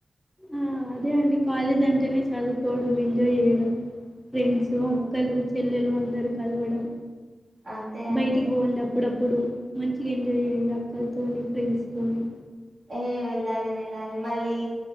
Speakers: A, in the centre; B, on the right.
A: ఆ అదే అండి కాలేజ్ అంటేనే చదువుకోవడం ఎంజాయ్ చేయడం ఫ్రెండ్స్
B: హ్మ్
A: అక్కలు చెల్లెలు అందరు కలవడం
B: అంతే అంతే
A: బయటికి పోవుండప్ ప్పుడప్పుడు మంచిగా ఎంజాయ్ చేయండి అక్కలతో ఫ్రెండ్స్తోతోని
B: ఏ వెళ్ళాలి వెళ్ళాలి మళ్ళీ